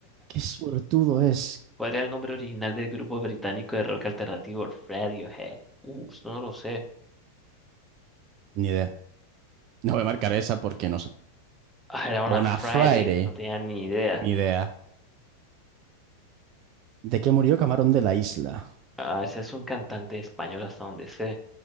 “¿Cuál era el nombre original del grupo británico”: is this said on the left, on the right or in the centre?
Centre